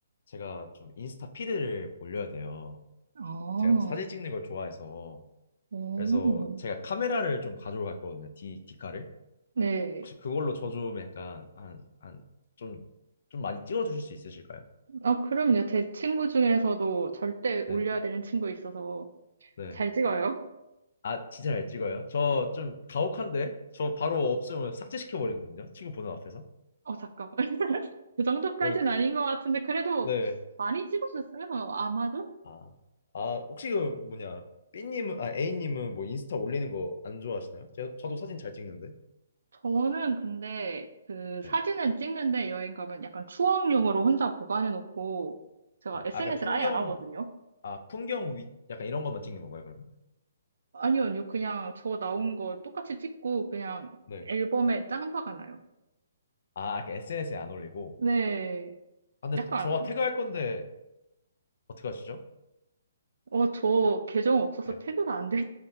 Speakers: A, on the left; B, on the right.
A: 제가 좀 인스타 피드를 올려야 돼요.
B: 아,
A: 제가 또 사진 찍는 걸 좋아해서.
B: 오.
A: 그래서 제가 카메라를 좀 가져올 거거든요. 디, 디카를.
B: 네.
A: 혹시 그걸로 저 좀 약간 한, 한, 좀, 좀 많이 찍어주실 수 있으실까요?
B: 어 그럼요. 제 친구 중에서도 절대
A: 네.
B: 올려야 되는 친구 있어서
A: 네.
B: 잘 찍어요.
A: 아, 진짜 잘 찍어요? 저 좀 가혹한데? 저 바로 없으면 삭제시켜버리거든요. 친구 보는 앞에서.
B: 어, 잠깐만. <laughs> 그 정도까지는
A: 그리고-
B: 아닌 것 같은데, 그래도
A: 네.
B: 많이 찍으셨어요. 아마도?
A: 아, 아, 혹시 그 뭐냐, B님은, 아, A님은 뭐 인스타 올리는 거 안 좋아하시나요? 제, 저도 사진 잘 찍는데.
B: 저는 근데 그
A: 네.
B: 사진은 찍는데 여행 가면 약간 추억용으로 혼자 보관해놓고 제가
A: 네.
B: SNS를
A: 아, 그 풍경,
B: 아예 안 하거든요.
A: 아, 풍경 위, 약간 이런 것만 찍는 건가요, 그러면?
B: 아니요, 아니요. 그냥 저 나온 거 똑같이 찍고 그냥
A: 네.
B: 앨범에 짱박가나요
A: 아, SNS에 안 올리고.
B: 네.
A: 아, 근데
B: 약간은.
A: 저가 태그할 건데, 어떻게 하시죠?
B: 어, 저 계정 없어서
A: 네.
B: 태그가 안 돼.